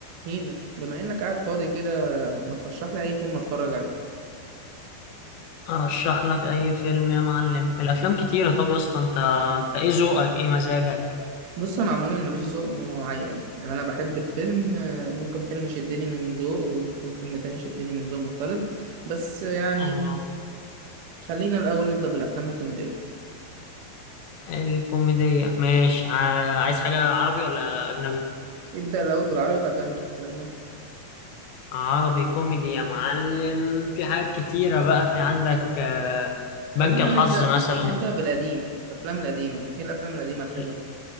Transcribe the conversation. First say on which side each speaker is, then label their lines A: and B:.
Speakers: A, on the right; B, on the left.
A: مين بما انك قاعد فاضي كده ما ترشح لي اي فيلم اتفرج عليه
B: ارشح لك اي فيلم يا معلم الافلام كتيره طب يا اسطى انت انت ايه ذوقك ايه مزاجك
A: بص انا عموما ماليش ذوق معين يعني انا بحب الفيلم آه، ممكن فيلم يشدني من ذوق وممكن فيلم تاني يشدني من ذوق مختلف بس يعني
B: اه
A: خلينا الاول نبدا بالافلام الكوميديه
B: الكوميديه ماشي ع- عايز حاجه عربي ولا اجنبي
A: ابدا الاول بالعربي بعد كده ندخل في الاجنبي
B: عربي كوميدي يا معلم في حاجات كتيره بقى في عندك آه،
A: خلينا
B: بنك الحظ
A: نبدا
B: مثلا
A: نبدا بالقديم الافلام القديمه ايه الافلام القديمه الحلوه
B: ال-